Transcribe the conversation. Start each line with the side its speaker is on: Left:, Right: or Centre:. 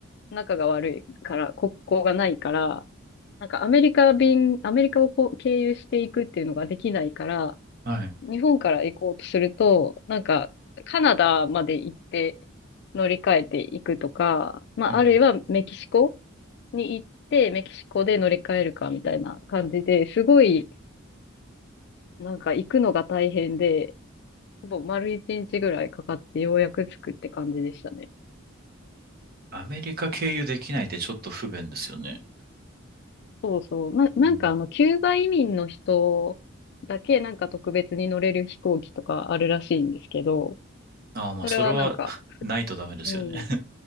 Left: う、仲が悪いから、国交がないから、なんかアメリカ便、アメリカをこう経由していくっていうのができないから、
Right: はい。
Left: 日本から行こうとすると、なんか、カナダまで行って乗り換えていくとか、まあ、
Right: うん。
Left: あるいはメキシコに行って、メキシコで乗り換えるかみたいな感じで、すごい、なんか行くのが大変で、ほぼ丸一日ぐらいかかってようやく着くって感じでしたね。
Right: アメリカ経由できないってちょっと不便ですよね。
Left: そうそう。な、なんかあの、
Right: うん。
Left: キューバ移民の人だけなんか特別に乗れる飛行機とかあるらしいんですけど、
Right: ああ、まあ、
Left: それはなんか、
Right: それは <laughs> ないとダメですよね。
Left: うん。